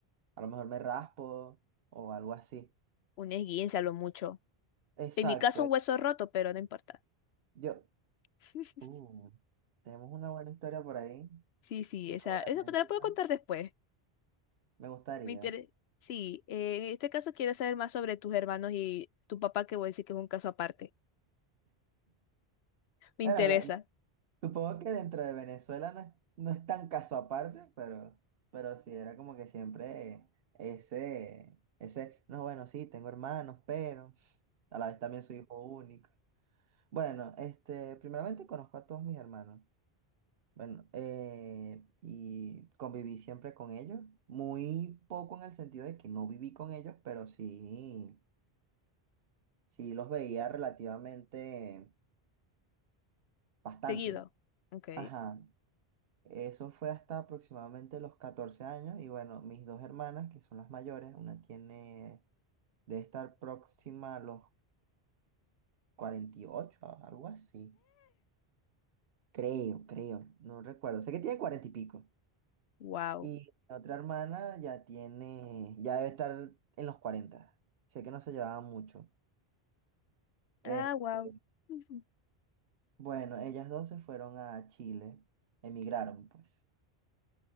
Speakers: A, on the right; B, on the left.
A: a lo mejor me raspo o algo así.
B: Un esguince a lo mucho.
A: Exacto.
B: En mi caso, un hueso roto, pero no importa.
A: Yo,
B: <laughs>
A: Uh, tenemos una buena historia por ahí,
B: Sí, sí,
A: una
B: esa,
A: buena
B: esa
A: anécdota.
B: te la puedo contar después.
A: Me gustaría.
B: Me interesa. Sí, eh, en este caso quiero saber más sobre tus hermanos y tu papá, que voy a decir que es un caso aparte. Me
A: Bueno,
B: interesa.
A: no- supongo que dentro de Venezuela no es, no es tan caso aparte, pero, pero sí era como que siempre ese, ese, no, bueno, sí, tengo hermanos, pero a la vez también soy hijo único. Bueno, este, primeramente conozco a todos mis hermanos. Bueno, eh, y conviví siempre con ellos. Muy poco en el sentido de que no viví con ellos, pero sí. Sí, los veía relativamente bastante.
B: Seguido. Ok.
A: Ajá. Eso fue hasta aproximadamente los 14 años. Y bueno, mis dos hermanas, que son las mayores, una tiene, debe estar próxima a los 48, a- algo así. Creo, creo. No recuerdo. Sé que tiene 40 y pico.
B: Wow.
A: Y mi otra hermana ya tiene, ya debe estar en los cuarenta Sé que no se llevaban mucho. Este,
B: Ah, wow. <laughs>
A: bueno, ellas dos se fueron a Chile. Emigraron, pues.